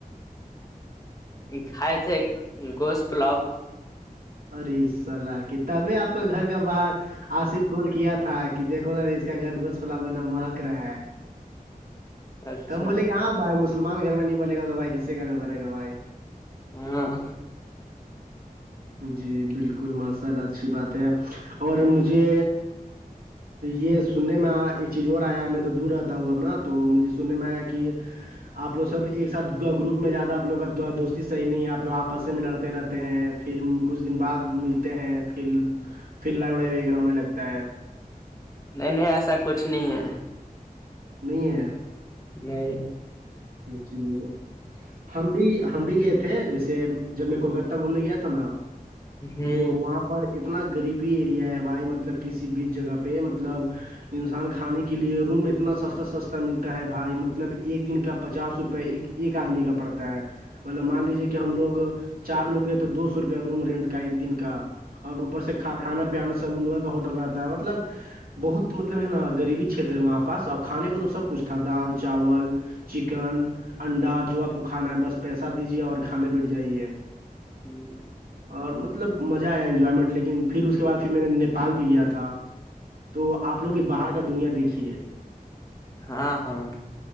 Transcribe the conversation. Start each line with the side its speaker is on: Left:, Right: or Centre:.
Left: کھائے تھے گوشت پلاؤ
Right: اری صلاح کی تبھی آپ کا گھر کا باہر آصف کول کیا تھا کہ دیکھو نا اس کا گھر گھس فلا بنا مہک رہا ہے
Left: اچھا
Right: تو ہم بولے کہ ہاں بھائی مسلمان گھر میں نہیں بنے گا تو بھائی کسسی گھر میں بنے گا بھائی
Left: ہاں
Right: جی بالکل ماشاء اللہ اچھی بات ہے اور مجھے یہ سننے میں ایک چیز اور آیا میں تو دور رہتا ہوں اب نا تو مجھے سننے میں آیا کہ آپ لوگ سب ایک ساتھ گروپ میں زیادہ آپ لوگ کا دوستی صحیح نہیں ہے آپ لوگ آپس میں لڑتے رہتے ہیں پھر کچھ دن بعد ملتے ہیں پھر پھر لڑائی وڑائی وغیرہ ہونے لگتا ہے
Left: نہیں نہیں ایسا کچھ نہیں ہے
Right: نہیں ہے
Left: نہیں
Right: جی ہم بھی ہم بھی گئے تھے تھے جیسے جب میں کولکتہ گھومنے گیا تھا نا
Left: ہوں
Right: تو وہاں پر اتنا غریبی ایریا ہے بھائی مطلب کسی بھی جگہ پر مطلب انسان کھانے کے لیے روم اتنا سستا سستا ملتا ہے بھائی مطلب ایک دن کا پچاس روپئے ایک ایک آدمی کا پڑتا ہے مطلب مان لیجے کہ ہم لوگ چار لوگ گئے تو دو سو روپیہ روم رینٹ کا ایک دن کا اور اوپر سے کھانا پیانا سب ان لوگوں کا ہوٹل رہتا ہے مطلب بہت مطلب ہے نا غریبی چھیت ہے وہاں پاس اور کھانے کو تو سب کچھ تھا دال چاول چکن انڈا جو آپ کو کھانا ہے بس پیسہ دیجیے اور کھانے بٹھ جائیے
Left: ہوں
Right: اور مطلب مزہ آیا انجوائمنٹ لیکن پھر اس کے بعد پھر میں نےیپال بھی گیا تھا تو آپ لوگ بھی باہر کا دنیا دیکھیے
Left: ہاں ہاں